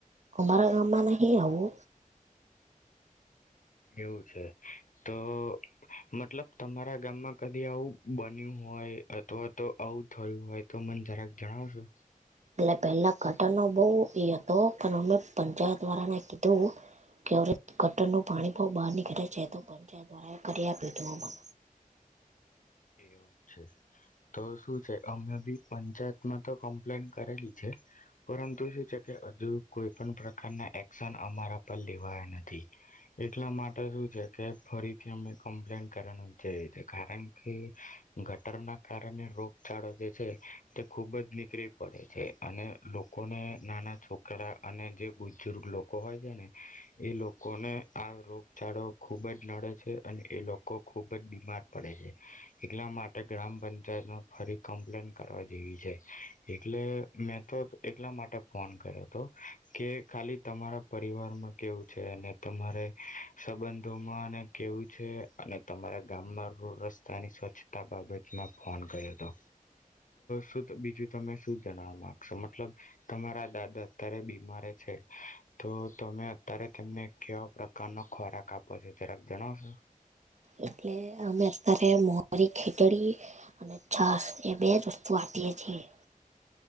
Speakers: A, on the right; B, on the left.
A: અમારા ગામમાં નહીં આવું
B: એવું છે. તો મતલબ તમારા ગામમાં કદી આવું બન્યું હોય. અથવા તો આવું થ હોયું હોય તો મને જરાક જણાવશો.
A: એટલે પેલા કટરનો બઉ એ હતો પણ અમે પંચાયત વાળાને કીધું કે અવડે કટરનું પાણી બો બહાર નીકળે છે, તો પંચાયત વાળા એ કરી આપીયુ તું.
B: એવું છે, તો શું છે, અમે બી પંચાયતમાં તો કમ્પ્લેન કરેલી છે. પરંતુ શું છે કે અજુ કોઈ પણ પ્રકારના એક્શન અમારા પર લેવાયા નથી. એટલા માટે શું છે, કે ફરીથી અમે કમ્પ્લેન કરવાનું વિચાર્યુ છે. કારણ કે કે ગટરના કારણે રોગચાળો જે છે તે ખૂબ જ નીકળી પડે છે. અને લોકોને નાના છોક કરા અને જે બુઝ બુજુર્ગ લોકો હોય છે ને, એ લોકોને આ રોગ ચાળો ખૂબ જ નડે છે. અને એ લોકો ખુબજ બીમાર પડે છે. એટલા માટે ગ્રામ પંચાયતમાં ફરી કમ્પ્લેન કરવા જેવી છે. એટલે મેં તો એટલા માટે ફોન કર્યો હતો કે ખાલી તમારા પરિવારમાં કેવું છે અને તમારે સંબંધોમાં અને કેવું છે. અને તમારા ગામમાં ર રસ્તા. તાની સ્વચ્છતા બાબતમાં ફોન કર્યો હતો, તો બીજું તમે શું જણવા માંગશો, મતલબ તમારા દાદા અત્યારે બીમારે છે, તો તમે અત્યારે તેમને કેવા પ્રકારનો ખોરાક આપો છો, જરાક જણાવશો?
A: એટલે અમે અત્યારે મોરી ખીચડી અને છાસ એ બેજ વસ્તુ આપીએ છીએ.